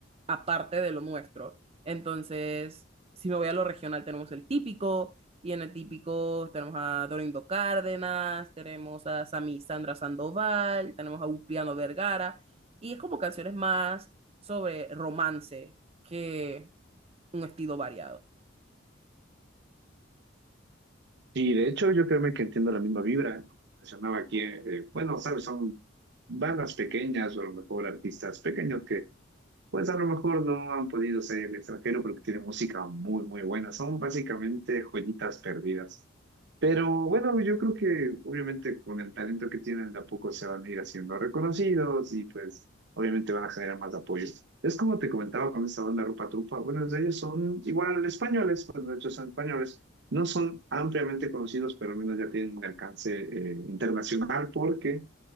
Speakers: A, on the right (about 30°); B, on the right (about 60°).
A: aparte de lo nuestro. Entonces, si me voy a lo regional, tenemos el típico, y en el típico tenemos a Dorindo Cárdenas, tenemos a Sami Sandra Sandoval, tenemos a Upiano Vergara, y es como canciones más sobre romance que un estilo variado.
B: Y de hecho yo creo que entiendo la misma vibra. Como mencionaba aquí, eh, bueno, sabes, son bandas pequeñas o a lo mejor artistas pequeños que pues a lo mejor no han podido ser extranjero porque tienen música muy, muy buena. Son básicamente joyitas perdidas. Pero bueno, yo creo que obviamente con el talento que tienen de a poco se van a ir haciendo reconocidos y pues obviamente van a generar más apoyo. Es como te comentaba con esta banda Rupa Trupa, bueno, de ellos son igual españoles, pues de hecho son españoles, no son ampliamente conocidos, pero al menos ya tienen un alcance eh, internacional porque